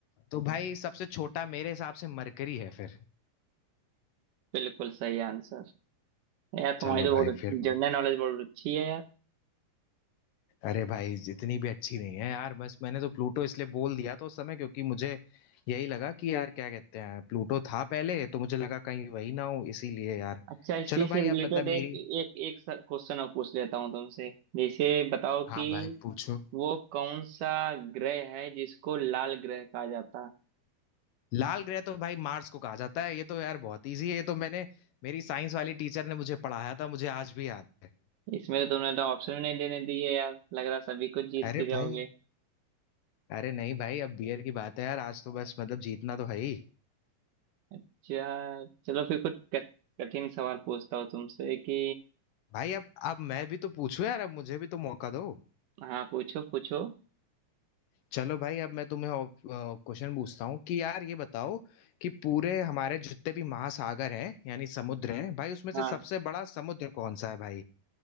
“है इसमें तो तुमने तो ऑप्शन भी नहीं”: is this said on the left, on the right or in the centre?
Right